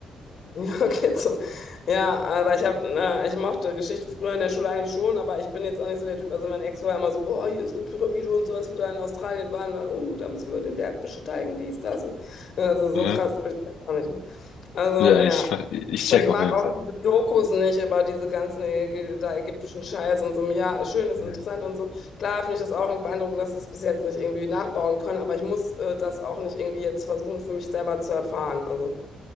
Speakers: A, on the left; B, on the left.
A: <laughs> ja, geht so. Ja, aber ich habe, na, ich mochte Geschichte früher in der Schule eigentlich schon, aber ich bin jetzt auch nicht so der Typ. Also mein Ex war immer so, boah, hier ist eine Pyramide und so, als wir da in Australien waren, da, oh, da müssen wir den Berg besteigen, dies, das. Und, also so
B: Mhm.
A: krass bin ich jetzt auch nicht. Also
B: Ja,
A: ja,
B: ich, ich
A: Und
B: check
A: ich mag
B: auf jeden
A: auch
B: Fall.
A: diese Dokus nicht über diese ganzen Ägy- da ägyptischen Scheiß und so. Ja, schön, ist
B: Mhm.
A: interessant und so. Klar finde ich das auch beeindruckend, dass sie es bis jetzt nicht irgendwie nachbauen können, aber ich muss äh, das auch nicht irgendwie jetzt versuchen, für mich selber zu erfahren. Also,